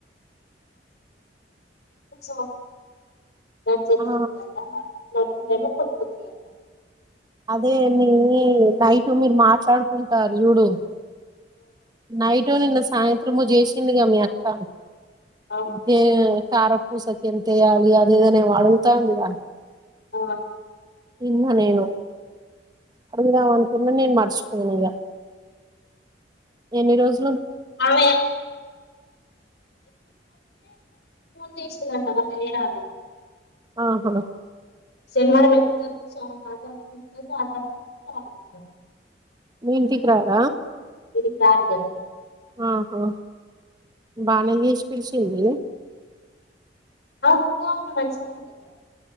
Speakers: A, on the left; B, on the right.
A: <inaudible> సో వచ్చే
B: ఆ
A: చెక్ వల్ల <inaudible>
B: అదే మీ నైట్ మీరు మాట్లాడుకుంటారు చూడు నైట్ టు నిన్న సాయంత్రము జేసిందిగా మీ అక్క.
A: అవును
B: ఇదే కారప్ పూసక్ ఎంతేయాలి అది ఇది అని ఏమో అడుగుతాంది గా
A: ఓ ఆ
B: ఇన్ను నేను అడుగుదాం అనుకున్నా నేను మర్చిపోయినా ఇగ ఎన్ని రోజ్
A: అరవై యే ఫోన్ చేశీరంట అన్న ఏడా అని
B: ఆహా
A: శనివారం ఎక్కుతారు సోమవారం ఆడ తిరుగుతారు. ఆదివారం ఎక్కుతారు మంగళవారం దిగుతారు
B: మీ ఇంటికి రార
A: ఈడీకి రారు గా
B: ఆహా బానే జేసీ పిలిసింది
A: ఆ ఇంట్లోనే ఉంటే మంచిగానే వుంటదిలే